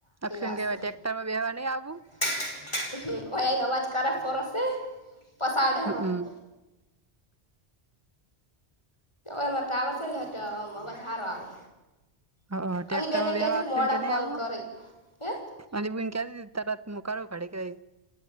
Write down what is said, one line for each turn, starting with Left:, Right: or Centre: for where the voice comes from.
Right: અક્ષુ
Left: રાશે
Right: કે અવે ટ્રેક્ટરમાં બેસવા નહીં આવવું?
Left: <unintelligible>
Right: હમ
Left: એમાં ટાવર છે ને તો વધારો આવે.
Right: હા ટેક્ટરમાં
Left: અને બેને કહેજો
Right: બેવા અક્ષુ
Left: મોડા
Right: કે ની
Left: ફોન
Right: આવું?
Left: કરી હે
Right: અલીબીન કેતીતી તરત મોકલો કઢીકે